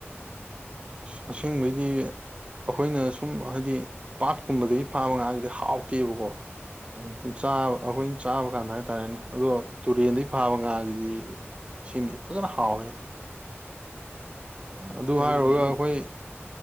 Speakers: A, on the right; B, on the right.
A: ꯑꯥꯁ ꯑꯁꯦꯡꯕꯩꯗꯤ ꯑꯩꯈꯣꯏꯅ ꯁꯨꯝ ꯍꯥꯏꯗꯤ ꯄꯥꯠꯀꯨꯝꯕꯗꯒꯤ ꯐꯥꯕ ꯉꯥꯁꯤꯗꯤ ꯍꯥꯎꯇꯦꯕꯀꯣ
B: ꯎꯝ
A: ꯁꯨꯝ ꯆꯥꯕ ꯑꯩꯈꯣꯏꯅ ꯆꯥꯕ ꯀꯥꯟꯗ ꯍꯥꯏꯇꯥꯔꯦꯅꯦ ꯑꯗꯣ ꯇꯨꯔꯦꯟꯗꯒꯤ ꯐꯥꯕ ꯉꯥꯁꯤꯗꯤ ꯁꯤꯃꯥꯗꯤ ꯐꯖꯅ ꯍꯥꯎꯔꯦꯍꯦ
B: ꯎꯝ
A: ꯑꯗꯨ
B: ꯇꯨꯔꯦꯟꯗꯗꯤ
A: ꯍꯥꯏꯔꯨꯔꯒ ꯑꯩꯈꯣꯏ